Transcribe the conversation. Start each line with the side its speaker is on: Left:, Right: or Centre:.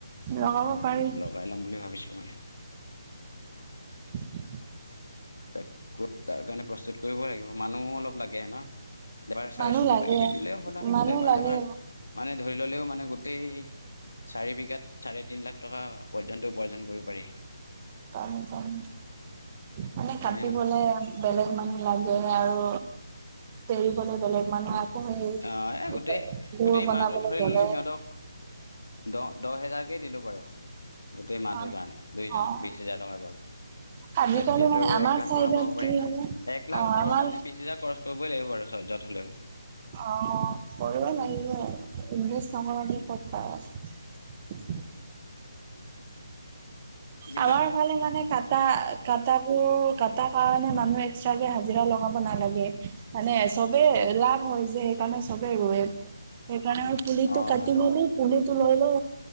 Right: লগাব পাৰি
Left: লগাই লম বুলি ভাবিছো মানে।
Right: উ <inaudible>
Left: তাক তাৰ কাৰণে প্ৰস্তুত কৰিব লাগিব মানুহো অলপ লাগে ন? লেবাৰ চাৰ্জ
Right: মানুহ
Left: কিবা
Right: লাগে
Left: কিবি দিলেও হ'ল আৰু
Right: মানুহ
Left: লেবাৰ
Right: লাগে
Left: চবাৰ মানে ধৰি ললেও মানে গো টেই চাৰি বিঘাত, চাৰে তিনি লাখ টকা পৰ্যন্ত উপাৰ্জন কৰিব পাৰি।
Right: পামি পামি মানে
Left: হয়নে
Right: কাটিবলে
Left: নহয়
Right: বেলেগ মানুহ লাগে আৰু এৰিবলৈ বেলেগ মানুহ আকৌ সেই
Left: অহ এ গোটেই
Right: গুৰ
Left: গোটেই
Right: বনাবলৈ
Left: মাহটো ধৰি
Right: বেলেগ
Left: ললো সিহঁতক দহ দহ হেজাৰকেই দিলোঁ বাৰু গোটেই মাহটোৰ
Right: অ
Left: কাৰণে দুইজনক
Right: অ',
Left: বিশ হেজাৰ টকা গ'ল।
Right: আজিকালি
Left: তেতিয়াতো
Right: মানে আমাৰ
Left: এক লাখ
Right: চাইডত
Left: টকা পাব পাৰি
Right: কি
Left: নাই
Right: মানে
Left: এক লাখ
Right: অ
Left: উঠাবৰ
Right: আমাৰ
Left: কাৰণে বিশ হেজাৰ খৰচ কৰিবই লাগিব বাৰু চহজত হলেও
Right: অহঁ কৰিবা নাই ইংলিছ নকৰাকে কত পাই
Left: উ <unintelligible>
Right: আমাৰ ফালে মানে কটা কটাবোৰ কটা কাৰণে মানুহ এক্সট্ৰাকে হাজিৰা লগাব নালাগে। লাগে মানে চবে লাভ হয় যে সেইকাৰণে চবেই ৰোৱে সেইকাৰণে আৰু পুলিটো
Left: অঁ
Right: কাটি মেলি পুলিটো লৈ আৰু